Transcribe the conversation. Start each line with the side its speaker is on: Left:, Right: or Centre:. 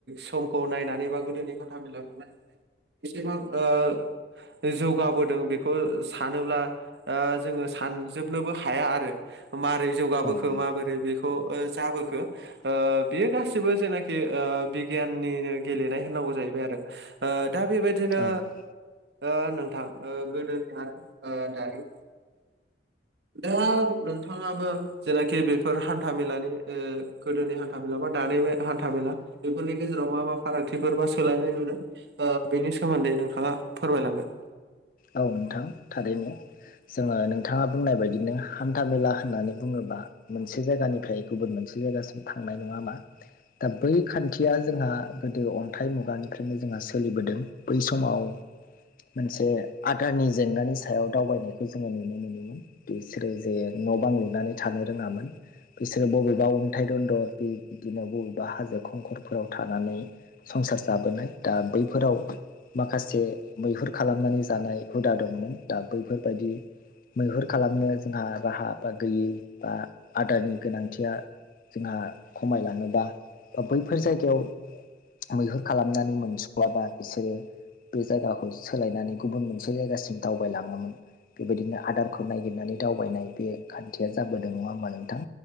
Right: समखौ नायनानै बा गोदोनि हान्था मेलाखौहाय बेसेबां ओ जौगाबोदों बेखौ सानोब्ला ओ जोङो सानजोबनोबो हाया आरो मारै जौगाबोखो
Left: औ नंगौ
Right: माबोरै बे ओ ओ जाबोखो ओ बियो गासिबो जेनाखि ओ बिगियाननिनो गेलेनाय होननांगौ जायो बाय आरो ओ दा बेबायदिनो
Left: औ नंगौ
Right: ओ नोंथां ओ गोदोनि आरो ओ दानि दा नोंथाङाबो जेनाखि बेफोर हान्था मेलानि ओ गोदोनि हान हान्था मेला बा दानि हान्था मेला बेफोरनि गेजेराव मा मा फारागथिफोर बा सोलायनाय नुदों ओ बेनि सोमोन्दै नोंथाङा फोरमायलांदों
Left: औ नोंथां थारैनो जोङो नोंथाङा बुंनाय बायदिनो हान्था मेला होननानै बुङोबा मोनसे जायगानिफ्राय गुबुन मोनसे जायगासिम थांनाय नङा होमबा दा बै खान्थिया जोंहा गोदो अन थाइ मुगानिफ्रायनो जोंहा सोलिबोदों बै समाव मोनसे आदारनि जेंनानि सायाव दावबायनाय खौ जोङो नुनो मोनोमोन बिसोरो जे न' बां लुनानै थानो रोङामोन बिसोरो बबेबा अन्थाइ दन्दर बे इदिनो बबेबा हाजो खंखरफोराव थानानै संसार जाबोनाय दा बैफोराव माखासे मैहुर खालामनानै थानाय हुदा दंमोन दा बैफोरबायदि मैहुर खालामनो जोंहा राहा बा गैयै बा आदारनि गोनांथिया जोंहा खमायलाङोबा ओ बैफोर जायगायाव मैहुर खालामनानै मोनस'वाबा बिसोरो बे जायगाखौ <unintelligible> गुबुन मोनसे जायगासिम दावबायलाङोमोन बेबायदिनो आदारखौ नायगिरनानै दावबायनाय बे खान्थिया जाबोदों नङा होमबा नोंथां